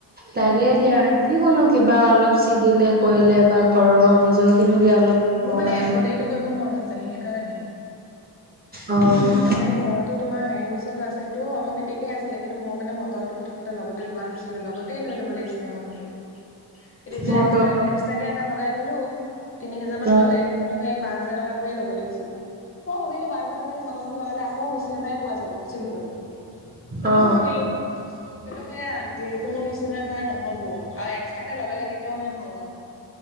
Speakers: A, on the right; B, on the left.
A: লাগে দিয়া যিকোনো কিবা অলপ ছিগিলে কৰিলে বা ঘৰত নিজৰ খিনিকে
B: উম,
A: অলপ কৰিবৰ
B: মোৰ মানে
A: কাৰণে
B: এম্ব্ৰইডাৰীটো
A: ন
B: কৰিব মন আছে সেইকাৰণে
A: অ
B: এনে ঘৰতো তোমাৰ হেৰি মেচিনটো আছে সেইটো অটমেটিকে আছিলে কিন্তু মই মানে মটৰটো প্ৰথমতে লগতে লোৱা নাছিলো লগতে লৈ ল'ব লাগিছিলে মই সেইটো কিন্তু এতিয়া
A: মটৰ
B: এক্সট্ৰা এক্স- তাকে এটা লগাই ললো তিনি হেজাৰ মান
A: অ
B: ল'লে কিন্তু সেই পাঁচ হাজাৰ টোৱে ল'ব লাগিছিলে অ ভাবিলো পাঁ হাজাৰ টকা ম- টো লগালে আকৌ মিচিন এটাই পোৱা যাব চিম্পুল সেইটোও
A: অ
B: ভাবিলো। কিন্তু সেয়া যিকোনো নিচিনা ধৰা নহব আৰু এক্সট্ৰাকে লগালে কেতিয়াও মানে ভাল নহয়।